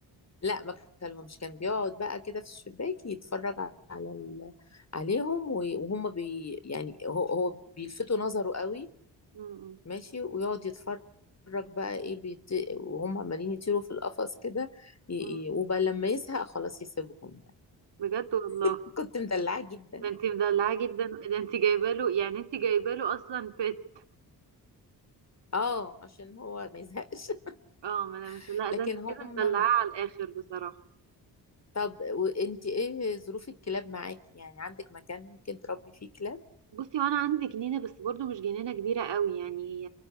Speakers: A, on the left (about 35°); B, on the right (about 70°).
A: لا ما كلمهمش كان بيقعد بقى كده في الشباك يتفرج على ال... عليهم و- وهم بي... يعني هو هو بيلفتوا نظره قوي
B: مم.
A: ماشي ويقعد يتفرج بقى ايه بيت... وهم عمالين يطيروا في القفص كده ي...
B: مم.
A: ي- وبقى لما يزهق خلاص يسيبهم يعني
B: بجد والله
A: <laughs> كنت مدلعاه جدا
B: ده انت مدلعاه جدا ده انت جايبه له يعني انت جايبه له اصلا بيت
A: اه عشان هو ما يزهقش
B: اه ما انا مش
A: <laughs>
B: لا
A: لكن
B: ده انت
A: هم
B: كده مدلعاه على الاخر بصراحه
A: طب وانت ايه ظروف الكلاب معاكي يعني عندك مكان ممكن تربي فيه كلاب
B: بصي وانا عندي جنينه بس برضو مش جنينه كبيره قوي يعني